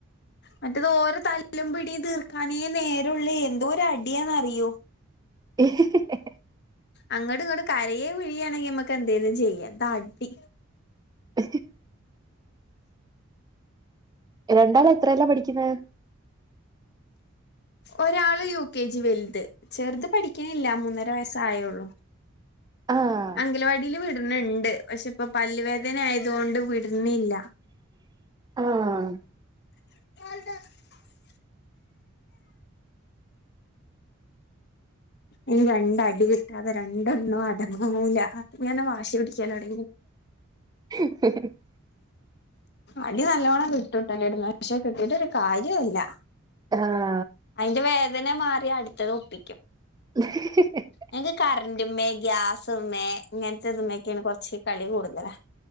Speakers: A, on the left; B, on the right.
A: മറ്റേത് ഓരെ തല്ലും പിടിയും തീർക്കാനേ നേരവുള്ളേ എന്തോര അടിയാന്നറിയോ
B: ഇ ഹ് ഹ് ഹ്
A: അങ്ങട്ടും ഇങ്ങട്ടും കരയയും പിഴിയുവേയും ആണെങ്കിൽ നമ്മക്ക് എന്തേലും ചെയ്യാം ഇത് അടി
B: <unintelligible> രണ്ടാളും എത്രയിലാ പഠിക്കുന്നത്
A: ഒരാള് യു കെ ജി വലുത് ചെറുത് പഠിക്കണില്ല മൂന്നര വയസായുള്ളു
B: ആഹ്
A: അംഗനവാടിയിൽ വിടണണ്ട് പക്ഷെ ഇപ്പൊ പല്ലുവേദന ആയത് കൊണ്ട് വിടുന്നില്ല
B: ആഹ്
A: <unintelligible> ഇനി രണ്ട് അടി കിട്ടാതെ രണ്ടണ്ണവും അടങ്ങൂല്ല ഇങ്ങനെ വാശി പിടിക്കാൻ <inaudible>
B: <unintelligible>
A: അടി നല്ലോണം കിട്ടൂട്ടോ എന്റടുത്തുന്ന് പക്ഷെ കിട്ടീട്ട് ഒരു കാര്യവുമില്ല
B: ആഹ്
A: അതിന്റെ വേദന മാറിയാ അടുത്തത് ഒപ്പിക്കും
B: <unintelligible>
A: ഞങ്ങക്ക് കറന്റമ്മേ ഗ്യാസ്മ്മേ ഇങ്ങനത്തെ ഇതുമേലൊക്കെയാണ് കുറച്ച് കളി കൂടുതലാ